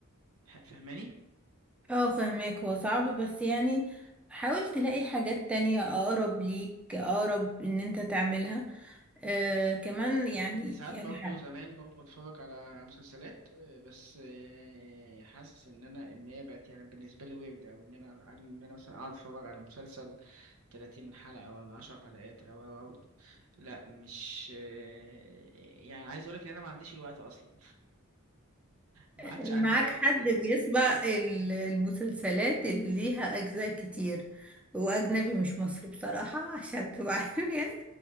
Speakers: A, on the right; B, in the centre.
A: فاهماني؟
B: اه فهماك هو صعب بس يعني حاول تلاقي حاجات تانية أقرب ليك أقرب إن انت تعملها آه كمان يعني
A: كنت ساعات
B: يعني
A: برضه
B: ح-
A: زمان برضه بتفرج على مسلسلات آه، بس آه، حاسس ان انا ان هي بقت يعني بالنسبه لي ويرد او ان انا ان انا مثلا اقعد اتفرج على مسلسل 30 حلقه ولا 10 حلقات او او أو. لا مش آه، يعني عايز اقول لك ان انا ما عنديش الوقت اصلا ما عادش
B: معاك
A: عندي الوقت
B: حد بيسبق ال- المسلسلات اللي ليها أجزاء كتير وأجنبي مش مصري بصراحة <laughs> عشان تبقى عارف يعني